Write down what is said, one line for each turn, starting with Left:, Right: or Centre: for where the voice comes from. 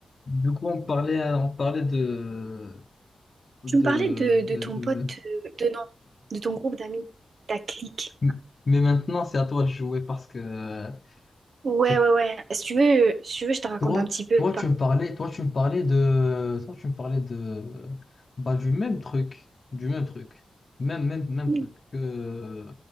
Left: Du coup, on parlait, à- on parlait de, de,
Right: Tu me parlais de,
Left: de,
Right: de ton
Left: de-
Right: pote,
Left: de-
Right: euh, de non, de ton groupe d'amis, ta clique.
Left: <laughs> de- Mais maintenant, c'est à toi de jouer parce que euh,
Right: Ouais,
Left: c'est
Right: ouais, ouais. Si tu veux, euh, si tu veux, je te raconte
Left: toi,
Right: un petit peu
Left: toi,
Right: par
Left: tu me parlais, toi, tu me parlais de, toi, tu me parlais de, bah, du même truc, du même truc, même, même, même
Right: ouais,
Left: truc que